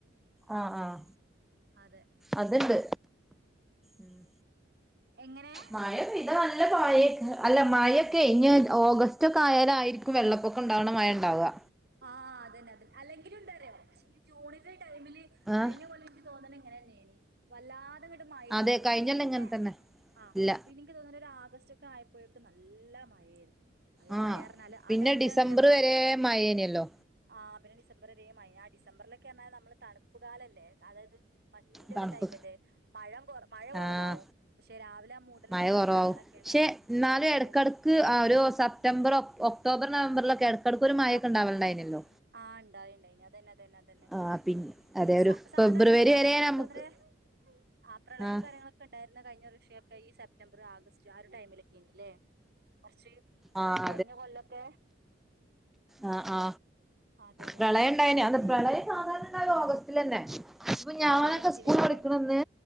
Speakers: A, in the centre; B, on the right.
A: ആഹ ആഹ
B: അതെ
A: അത്ണ്ട് ഉം <unintelligible>
B: എങ്ങനെ
A: മഴ പെയ്താൽ നല്ല കഴിയിക്കും അല്ല മയക്കെ ഇങ് ഓഗസ്റ്റ് ഒക്കെയാലായിയിരിക്കും വെള്ളപ്പൊക്കം ഉ ഇത്തവണ മഴ ഉണ്ടാവുക
B: ആഹ് അതന്നെ അതെ അല്ലെങ്കിലും എന്തറിയുവോ ഈ ജൂണില ടൈമിൽ
A: ആഹ്
B: കഴിഞ്ഞ പോലെു തോന്ന അങ്ങനന്നെയ വല്ലാ ട്ട് മലു
A: അതെ കഴിഞ്ഞൊല്ലം
B: പിന്നെ
A: ഇങ്ങനെ തന്നെ
B: ആ
A: ഇല്ല
B: പിന്നെക്ക് തോന്ന ഒരു ആഗസ്റ്റ് ഒക്കെ ആയ പ്പോയൊക്കെ നല്ല മഴയായിരുന്നു നല്ല
A: ആ
B: മഴ പറഞ്ഞാല്
A: പിന്നെ
B: ആ ടൈമിലാണല്ലേ
A: ഡിസംബർ വരെ മയേനല്ലോ
B: ആ് പിന്നെ ഡിസംബരേമായി ആ ഡിസംബറിലൊക്കെ പറഞ്ഞാൽ നമ്മള് തണു് കാലമല്ലേ അതായത് മഞ്ഞിന്റെ
A: തണുപ്പ്
B: ടൈമല്ലേ മഴ കൊ മഴ കുറവാവും
A: ആഹ
B: പക്ഷെ രാവിലെ ആ മൂടൽ
A: മഴ
B: മഞ്ഞും
A: കുറവാവും
B: കാര്യങ്ങളൊക്കെ
A: പക്ഷെ
B: ഉണ്ടാവുക
A: എന്നാലും
B: പക്ഷെ
A: ഇടക്കിടക്ക് ആ ഒരു സെപ്റ്റംബർ ഒക്ടോബർ നവംബറിലൊ കടക്കൂരു മായൊക്കെ
B: ആ
A: ഉണ്ടാവണ്ടായിനല്ലോ
B: ആ ഇണ്ടായി ഇണ്ടായിനി അതെന്നത് അതെന്നെ അതെന്നെ
A: ആഹ് പിന്നെ അതെ
B: സാ
A: ഒരു
B: സാധാരണന്ത
A: ഫെബ്രുവരി
B: റിയോ
A: വരെ
B: ഇൻക്ക്
A: നമുക്ക്
B: തോന്ന്ണ് ആ പ്രളയും
A: ആഹ്
B: കാര്യങ്ങളൊക്കെ ഇണ്ടായി ന്ന കഴിഞ്ഞ വർഷിയൊക്കെ ഈ സെപ്റ്റംബർ ആഗസ്റ്റ് ആ ഒരു ടൈമിലൊക്കെ നില്ലേ കൊർച്ച്
A: ആഹ്
B: കഴിഞ്ഞ കൊല്ലൊക്കെ
A: ആ ആ
B: അതന്നെ
A: പ്രളയം ഇണ്ടായിന്യോ അന്ന്
B: പിൻ
A: പ്രളയം സാധാരണ ഓഗസ്റ്റിലെന്നെ അപ്പൊ ഞാനൊക്കെ
B: ആ ഓഗസ്റ്റില്
A: സ്കൂൾ
B: അതെ
A: പഠിക്കണന്ന്